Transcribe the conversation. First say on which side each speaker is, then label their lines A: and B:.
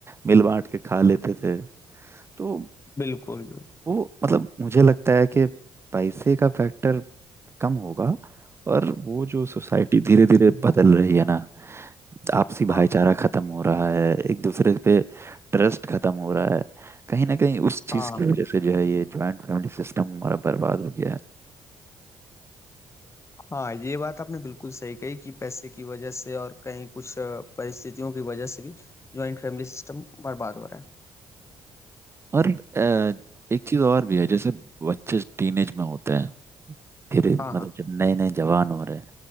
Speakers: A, on the right; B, on the left.
A: मिल बांट के खा लेते थे तो
B: बिल्कुल बिल्कुल
A: वो मतलब मुझे लगता है कि पैसे का फैक्टर कम होगा और वो जो सोसाइटी धीरे धीरे बदल रही है ना आपसी भाईचारा
B: हाँ
A: खत्म हो रहा है एक दूसरे पे ट्रस्ट खत्म हो रहा है कहीं ना कहीं उस
B: हाँ
A: चीज की वजह से जो है ये ज्वाइंट फैमिली सिस्टम हमारा बर्बाद हो गया है
B: हाँ ये बात आपने बिल्कुल सही कही कि पैसे की वजह से और कहीं कुछ अ, परिस्थितियों की वजह से भी ज्वाइंट फैमिली सिस्टम बर्बाद हो रहा है
A: और अ, एक चीज और भी है जैसे बच्चे टीनेज में होते हैं फिर मतलब
B: हाँ हाँ
A: जब नए नए जवान हो रहे हैं